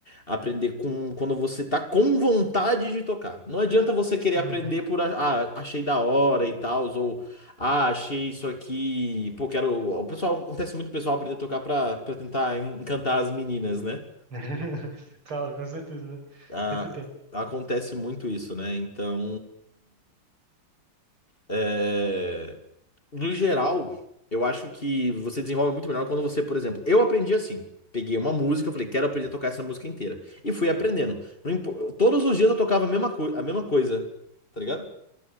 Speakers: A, on the left; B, on the right.
A: Aprender com. Quando você tá com vontade de tocar. Não adianta você querer
B: Uhum.
A: aprender por. a- Ah, achei da hora e tal, ou. Ah, achei isso aqui. Pô, quero. O pessoal. Acontece muito o pessoal aprender a tocar pra, pra tentar encantar as meninas, né?
B: <laughs> Claro, com certeza, né?
A: a-
B: Sempre tem.
A: acontece muito isso, né? Então, é, no geral, eu acho que você desenvolve muito melhor quando você, por exemplo, eu aprendi assim. Peguei uma música, falei, quero aprender a tocar essa música inteira. E fui aprendendo. Não impo- Todos os dias eu tocava a mesma, coi- a mesma coisa, tá ligado?